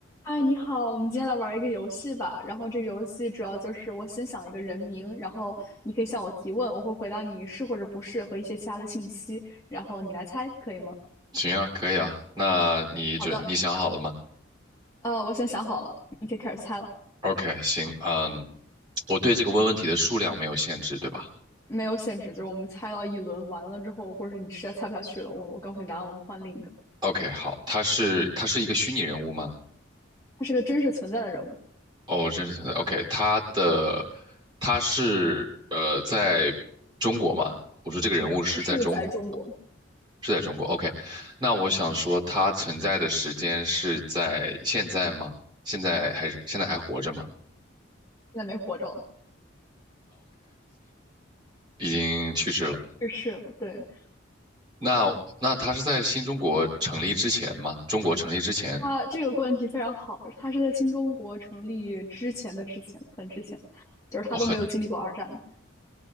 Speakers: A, on the left; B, on the right.
A: 嗨，你好，我们今天来玩一个游戏吧。然后这个游戏主要就是我先想一个人名，然后你可以向我提问，我会回答你是或者不是和一些其他的信息，然后你来猜，可以吗？
B: 行啊，可以啊。那你就你想好了吗
A: 好的，呃，我先想好了，你可以开始猜了，
B: ？OK，行，嗯，我对这个问问题的数量没有限制，对吧
A: 没有限制，就是我们猜到一轮完了之后，或者是你实在猜不下去了，我我告诉你答案，我们换另一个。
B: ？OK，好，他是他是一个虚拟人物吗？
A: 他是个真实存在的人物，
B: 哦，真实存在。OK，他的他是呃在中国吗？我说这个人物是在中国，
A: 他是在中国，现
B: 是在中国。OK，那我想说他存在的时间是在现在吗？现在还是现在还活着吗？
A: 在没活着了，
B: 已经去世了。
A: 去世了，对，
B: 那那他是在新中国成立之前吗？中国成立之前
A: 他这个问题非常好，他是在新中国成立之前的之前，很之前，就是他都没有经历过二战。
B: 哦，很